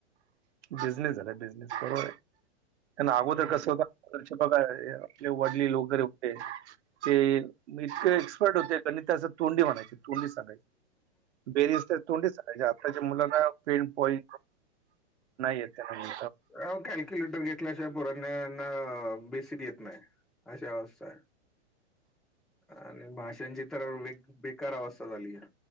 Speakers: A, on the right; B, in the centre.
A: बिजनेस झांला बिजनेस बरो अगोदर
B: हम्म
A: कसं होतं. अंश प्रकार आपले वडले लोके होते. ते इतके एक्सपर्ट होते गणिता असं तोंडी म्हणांयचे. तोंडी सांगायची बेरी असं तोंडी सांगांयची आतांच्या मुलांना फेड बॉई नाहीं येतं त्यांनां
B: अं कॅल्क्युलेटर घेतल्यांशिवांय पुरांणांयाना बेसिक येतं नाहीं अशां अवस्थां आहे. आणि भाषांची तरं बे बेकांर अवस्थां झाली आहे.